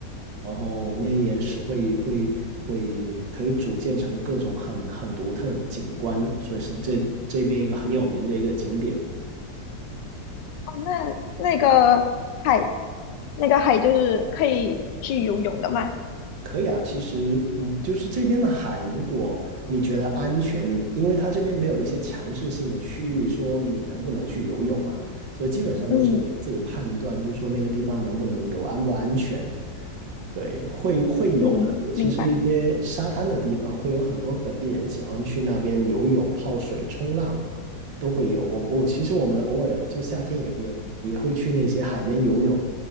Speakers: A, on the right; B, on the left.
A: 然后那些岩石会会会可以组建成各种很很独特的景观，所以是这这边一个很有名的一个景点。
B: 哦，那那个海，那个海就是可以去游泳的嘛？
A: 可以啊，其实嗯，就是这边的海，如果你觉得安全，你因为它这边没有一些强制性的区域说你能不能去游泳嘛，所以基本上都是你自己判断，
B: 嗯
A: 就是说那个地方能不能游，安不安全。对，会会有的，
B: 嗯，
A: 尤其是一些沙滩的地方，
B: 明白。
A: 会有很多本地人喜欢去那边游泳、泡水、冲浪，都会有。我我其实我们偶尔就夏天也也也会去那些海边游泳，